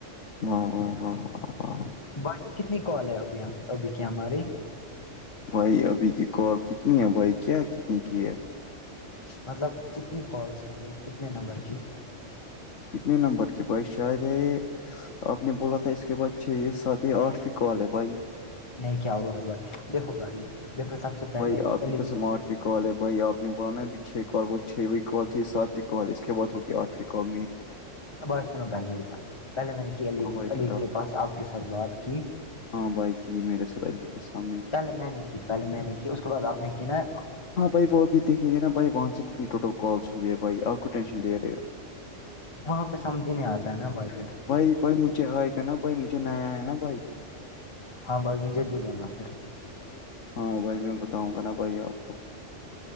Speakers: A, on the left (about 75°); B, on the left (about 25°).
A: واہ واہ واہ واہ واہ
B: باقی کتنی کال ہے ابھی ابھی کیا ہماری
A: بھائی ابھی کی کال کتنی ہے بھائی کیا کتنی کی ہے
B: مطلب کتنی کالس ہے کتنے نمبر کی
A: کتنے نمبر کی بائی شاید ہے یہ آپ نے بولا تھا اس کے بعد چھ یہ سات یہ آٹھ ف کال ہے بھائی
B: نہیں کیا وہ رہا بھائی دیکھو بھائی د یکھو سب سے پہلے
A: بھائی آپ کی
B: علی
A: قسم آج ہی کال ہے بھائی آپ نے بولانا ابھی چھ کال وہ چھ و کال تھی ساتویں کال اس کے بعد ہوگئی آٹویں کال میری
B: بات سنو <unintelligible> پہلے میں نے کی علی
A: ہاں بھائی
B: علی
A: بتاؤ
B: کے پاس آپ کے ساتھ بات کی
A: ہاں بھائی ک میرے ساتھ علی کے سامنے
B: پہلے میں نے کی پہلے میں نے کی اس کے بعد آپ نے کی نا
A: ہاں بھائی وہ ابھی دیکھیں گے نا بھائی وہاں سے کتنی ٹوٹل کالس ہوئے ہے بھائی آپ کیوں ٹینشن لے رہ ہو
B: وہاں پہ سمجھ ہی نہیں آتا ہے نا وایفای پھر
A: بھائی بھائی مجھے آئے گ نا بھائی مجھے نیا ہے نا بھائی
B: ہاں بھائی مجھے بھی بولنا پھر
A: ہاں بھائی میں بتاؤں گا نا بھائی آپ کو